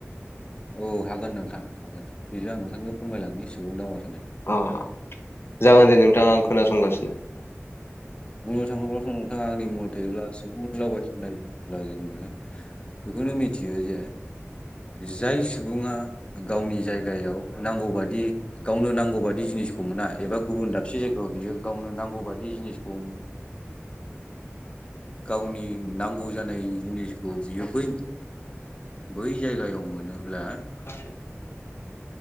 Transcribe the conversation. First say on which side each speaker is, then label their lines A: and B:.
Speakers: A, on the left; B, on the left.
A: औ हागोन नोंथां हागोन बेजों आं नोंथांनो फोरमायलांनि सुबुं दावा
B: अ जागोन दे नोंथाङा आं खोनासंगासिनो।
A: बुंनो थाङोब्लाथ' नोंथाङा आंनि मथैयोब्ला सुबुंनि दावबायसननाय बुङोब्ला जोङो बेखौनो मिथियो जे जाय सुबुङा गावनि जायगायाव नांगौबादि गावनो नांगौ बाददि जिनिसखौ मोना एबा गुबुन दाबसे जायगायाव बियो गावनो नांगौ बायदि जिनिसखौ गावनि नांगौ जानाय जिनिसखौ बियो बै बै जायगायाव मोनोब्ला
B: <inaudible>